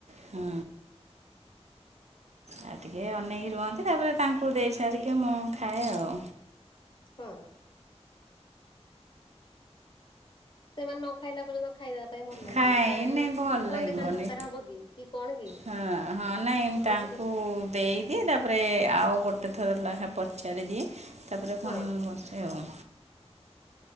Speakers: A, on the right; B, on the left.
A: ହଁ। ଆଉ ଟିକେ ଅନେଇକି ରୁହନ୍ତି ତାପରେ ତାଙ୍କୁ ଦେଇସାରିକି ମୁଁ ଖାଏ ଆଉ।
B: ହଁ ସେମାନେ ନ ଖାଇଲା ପର୍ଯ୍ୟନ୍ତ ଖାଇବା ପାଇଁ ଭଲ ଲାଗିବନି
A: ଖାଏ
B: କାଳେ
A: ନାଇଁ ଭଲ
B: କଣ୍ଡେ
A: ଲାଗିବନି
B: କାଳେ ଦରକାର ହବ କି କି କଣ କି
A: ହଁ ହଁ ନାଇଁ ମୁ
B: ମଝିରେ
A: ତାଙ୍କୁ ଦେଇ ଦିଏ ତାପରେ ଆଉ ଗୋଟେ ଥର ଲେଖା ପଚାରି ଦିଏ ତାପରେ
B: ହଁ।
A: ପୁଣି ବସେ ଆଉ